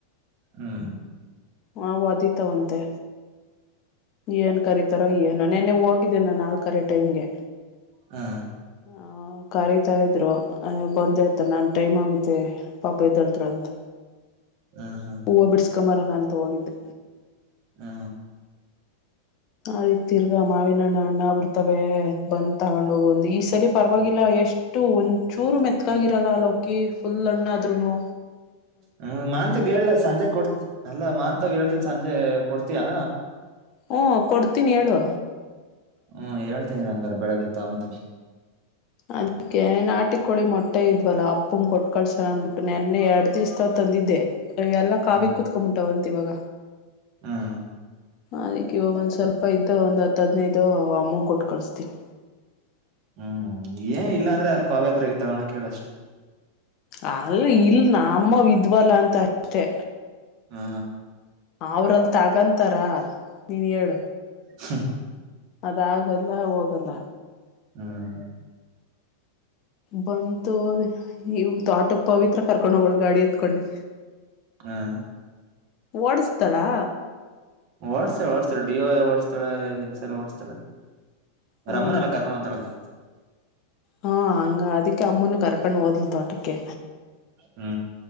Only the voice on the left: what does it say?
ಅವು ಒದಿತಾವಂತೆ. ಏನ್ ಕರತಾರೊ ಏನೊ ನೆನ್ನೆ ಹೋಗಿದ್ದೇ ನಾನ್ ಹಾಲ್ ಕರೆಯೋ ಟೈಮ್ಗೆ.
ಹಾ ಕರಿತಾ ಇದ್ರು ಅಯೊ ಬಂದೆ ಅತಗ್ ನಾನು ಟೈಮ್ ಆಗುತ್ತೆ ಪಾಪ ಎದ್ದೊಳ್ತಾಳೆ ಅಂತ.
ಹೂವ ಬಿಡ್ಸ್ಕೊಂಬರನ ಅಂತ ಹೋಗಿದ್ದೆ.
ಆಯ್ತ್ ತಿರ್ಗ ಮಾವಿನಣ್ಣ್ ಹಣ್ಣಾಗ್ಬುತವೆ ಬಂದ್ ತಗೊಂಡೋಗಂದು, ಈ ಸರಿ ಪರವಾಗಿಲ್ಲ ಎಷ್ಟು ಒಂದ್ ಚೂರು ಮೆತ್ಕಾಗಿರಲ್ಲ ಅಲೋಕಿ ಫುಲ್ ಅಣ್ಣಾದ್ರುನು
ಹ್ಮ ಕೊಡ್ತೀನಿ ಹೇಳು
ಅದಕ್ಕೆೇನ್ ಆಟಿ ಕೋಳಿ ಮೊಟ್ಟೆ ಇದ್ವಲ್ಲ ಅಪ್ಪಂಗೆ ಕೊಟ್ಟಟ್ ಕಳ್ಸಣ ಅಂದ್ಬಿಟ್ಟು ನೆನ್ನೆ ಎರಡ್ ದಿವಿಸಾವ ತಂದಿದ್ದೆ ಎಲ್ಲಾ ಕಾವಿ
ಕುತ್ಕೊಂಡ್ಬಿಟ್ಟವಂತೆ ಇವಾಗ
ಅದಕ್ಕೆ ಇವ ಒಂದ್ ಸ್ವಲ್ಪ ಇದ್ದ ಒಂದ್ ಹತ್ ಹದ್ನೈದು ಅಮ್ಮ ಕೊಟ್ಟು ಕಳಸ್ತೀನಿ
ಅಲ್ಲ ಇಲ್ ನಮ್ಮವು ವಿದ್ವಲ್ಲ ಅಂತ ಅಷ್ಟೆ
ಅವ್ರಲ್ ತಗಂತಾರ ನೀನ್ ಹೇಳು
ಅದಾಗಲ್ಲ ಹೋಗಲ್ಲ
ಬಂತು ಇವತ್ತು ಆಟೋಕ್ ಪವಿತ್ರ ಕರ್ಕೊಂಡ್ ಹೋಗೋಳ ಗಾಡಿ ಎತ್ಕೊಂಡಿ
ಓಡ್ಸ್ತಡಾ
ಹ್ಞೂ
ಹಾ ಅಂಗ ಅದಕ್ಕೆ ಅಮ್ಮನು ಕರಕೊಂಡು ಹೋದ್ಲು ತೋಟಕ್ಕೆ